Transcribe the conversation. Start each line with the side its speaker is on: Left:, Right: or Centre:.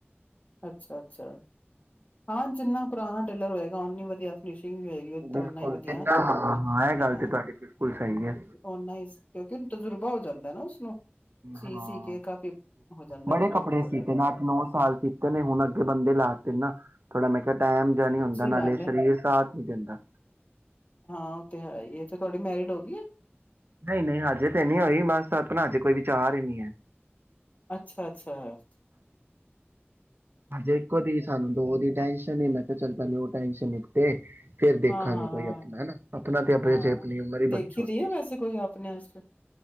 Left: ਅੱਛਾ ਅੱਛਾ ਹਾਂ ਜਿੰਨਾ ਪੁਰਾਣਾ ਟੇਲਰ ਹੋਏਗਾ ਉਨੀ ਵਧੀਆ ਫਿਨੀਸ਼ ਹੋਏਗੀ
Right: ਬਿਲਕੁਲ
Left: ਓਨਾ ਹੀ ਵਧੀਆ
Right: ਜਿੰਨਾ ਹਾਂ ਇਹ ਗੱਲ
Left: ਹਾਂ
Right: ਤੇ ਤੁਹਾਡੀ ਬਿਲਕੁਲ ਸਹੀ ਹੈ
Left: ਓਨਾ ਹੀ ਕਿਉਂਕਿ ਤਜੁਰਬਾ ਹੋ ਧੌਦਾ ਨਾ ਉਸਨੂੰ ਸੀ
Right: ਹਾਂ
Left: ਸੀ ਕੇ ਕਾਫੀ ਹੋ ਜਾਂਦਾ
Right: ਬੜੇ
Left: ਤਜੁਰਬਾ
Right: ਕੱਪੜੇ
Left: ਹੋ
Right: ਸੀਤੇ
Left: ਜਾਂਦਾ।
Right: ਨੇ ਅੱਠ ਨੌ ਸਾਲ ਸੀਤੇ ਨੇ ਹੁਣ ਅੱਗੇ ਬੰਦੇ ਲਾਤੇ ਨਾ ਥੋੜ੍ਹਾ ਮੈਂ ਕਿਹਾ ਟਾਈਮ ਜਿਹਾ ਨਹੀਂ
Left: ਅੱਛੀ
Right: ਹੁੰਦਾ ਨਾਲੇ
Left: ਗੱਲ ਏ
Right: ਸਰੀਰ ਸਾਥ ਨਹੀਂ ਦਿੰਦਾ।
Left: ਹਾਂ ਉਹ ਤੇ ਹੈ ਹੀ ਇਥੇ ਤੁਹਾਡੀ ਮੈਰਿਡ ਹੋ ਗਈ ਆ।
Right: ਨਹੀਂ ਨਹੀਂ ਹਜੇ ਤੇ ਨੀ ਹੋਈ ਬਸ ਆਪਣਾ ਅਜੇ ਕੋਈ ਵਿਚਾਰ ਹੀ ਨਹੀਂ ਹੈ।
Left: ਅੱਛਾ, ਅੱਛਾ ਹੂੰ,
Right: ਹਜੇ ਇੱਕੋ ਦੀ ਸਾਨੂੰ ਦੋ ਦੀ ਟੈਸ਼ਨ ਹੀ ਮੈਂ ਕਿਹਾ ਚੱਲ ਪਹਿਲੇ ਉਹ ਟੈਸ਼ਨ ਨਿਪਟੇ ਤੇ ਫੇਰ ਦੇਖਾਂਗੇ
Left: ਹਾਂ ਹਾਂ
Right: ਕੋਈ
Left: ਹਾਂ
Right: ਆਪਣਾ ਹਨਾ, ਆਪਣਾ ਤੇ ਆਪੇ
Left: ਹਾਂ
Right: ਆਪਣੀ ਉਮਰ ਹੀ
Left: ਦੇਖੀ
Right: ਬੜੀ ਛੋਟੀ,
Left: ਦੀ ਹੈ ਵੈਸੇ ਕੋਈ ਆਪਣੇ ਵਾਸਤੇ